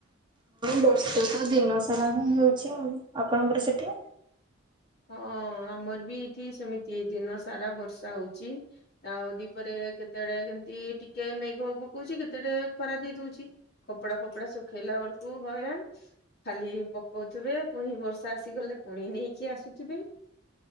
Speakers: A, on the right; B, on the left.
A: ବର୍ଷ ତ ଦିନ ସାରା ହିଁ ହେଉଚି ଆଉ। ଆପଣଙ୍କର ସେଠି?
B: ହଁ, ଆମର ବି ଏଇଠି ସେମିତି ଦିନ ସାରା ବର୍ଷା ହଉଚି। ଆଉ ଦିପରେ କେ କେତେବେଡେ କେମତି ଟିକେ ମେଘ ପକଉଚି କେତେ ରେ ଖରା ଦେଇ ଦଉଚି। କପଡା ଫପଡା ଶୁଖେଇଲା ବେଳକୁ ହଇରାଣ। ଖାଲି ପକଉଥିବେ, ପୁଣି ବର୍ଷା ଆସିଗଲେ ପୁଣି ନେଇକି ଆସୁଥିବେ।